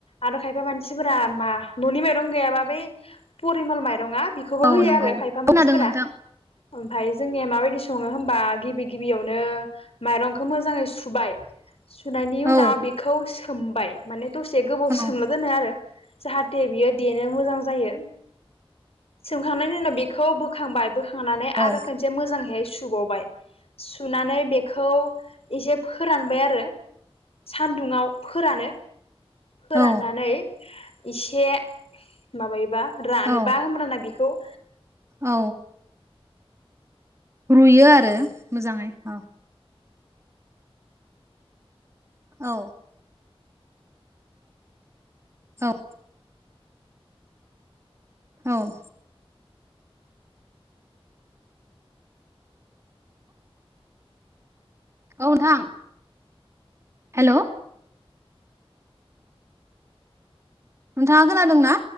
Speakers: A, on the left; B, on the right.
A: आरो खायफा मानसिफोरा मा न'नि माइरं गैयाबा बै परिमल माइरङा बेखौबो
B: औ
A: होयो
B: नंगौ
A: आरो खायफा
B: खोनादों
A: मानसिफोरा
B: नोंथां
A: ओमफाय जोंनिया माबायदि सङो हबा गिबि गिबियावनो माइरंखौ मोजाङै सुबाय सुनायनि उनाव
B: औ
A: बेखौ सोमबाय माने दसे गोबाव
B: औ
A: सोमना दोनो आरो जाहा थे बियो देनो मोजां जायो। सोमखांनायनि उनाव बेखौ बोखांबाय बोखांनानै
B: औ
A: आरो खनसे मोजाङैहाय सु सुबावबाय सुनानै बेखौ एसे फोरानबाय आरो सानदुंआव फोरानो फोराननानै
B: औ
A: इसे माबायोबा रानोबा
B: औ
A: होमब्लाना बेखौ
B: औ। रुयो आरो मोजाङै अ। औ। औ। औ। औ नोंथां। हेलौ नोंथाङा खोनादों ना?